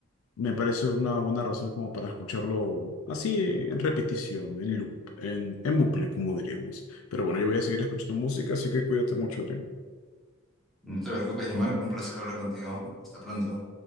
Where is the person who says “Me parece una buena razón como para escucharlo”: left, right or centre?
Left